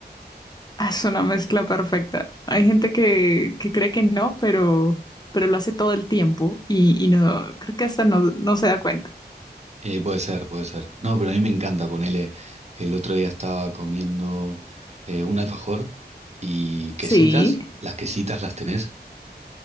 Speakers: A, on the left; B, on the right.
A: Ah, Es una mezcla perfecta. Hay gente que, que cree que no, pero, pero lo hace todo el tiempo y, y no, creo que hasta no, no se da cuenta.
B: Eh, puede ser, puede ser. No, pero a mí me encanta ponerle. El otro día estaba comiendo eh, un alfajor y quesitas.
A: Sí,
B: ¿Las quesitas las tenés?